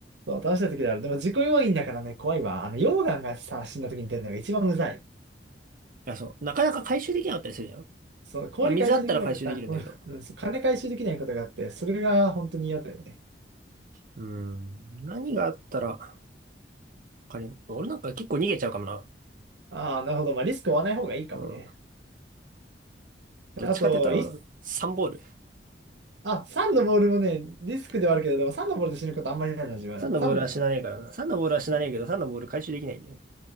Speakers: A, on the right (about 75°); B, on the right (about 50°).
A: う、そう倒した時である。でも、自己要因だからね、怖いわ。あの、溶岩がさ、死んだ時に出るのが一番うざい。
B: いや、そう。なかなか回収できなかったりするじゃん。
A: そう、氷回収できなかった、
B: まあ、水あったら回収できるんだけど。
A: あこう、うんそう金回収できないことがあって、それが本当に嫌だよね。
B: うん。何があったら、仮に、俺なんか結構逃げちゃうかもな。
A: ああ、なるほど。まあ、リスクを負わない方がいいかもね。
B: うん。どっちかって言ったら、
A: あと、一
B: サンボール。
A: あ、サンのボールもね、リスクではあるけど、でも3のボールで死ぬことあんまりないな、自分。
B: サンのボールは死なねえからな。
A: 3、
B: サンのボールは死なねえけど、
A: うん。
B: サンのボール回収できないんだよ。